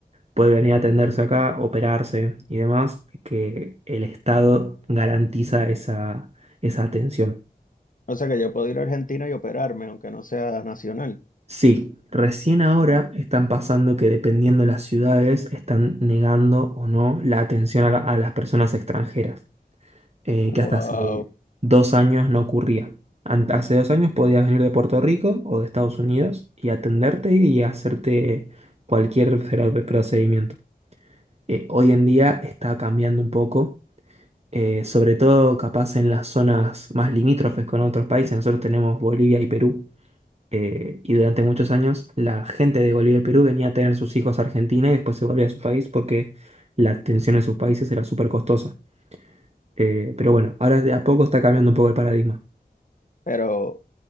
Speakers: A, on the right; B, on the left.
A: puede venir a atenderse acá, operarse y demás, que el Estado garantiza esa, esa atención.
B: O sea que yo puedo ir a Argentina y operarme, aunque no sea nacional.
A: Sí, recién ahora
B: Ah,
A: están pasando que dependiendo de las ciudades, están negando o no la atención a, la- a las personas extranjeras. eh,
B: Wow.
A: que hasta hace dos años no ocurría. An- Hace dos años podías venir de Puerto Rico o de Estados Unidos y atenderte y hacerte cualquier cero- procedimiento. Eh, hoy en día está cambiando un poco, eh, sobre todo capaz en las zonas más limítrofes con otros países. Nosotros tenemos Bolivia y Perú. eh, y durante muchos años la gente de Bolivia y Perú venía a tener sus hijos a Argentina y después se volvía a su país porque la atención en sus países era súper costosa. Eh, pero bueno, ahora de a poco está cambiando un poco el paradigma.
B: Pero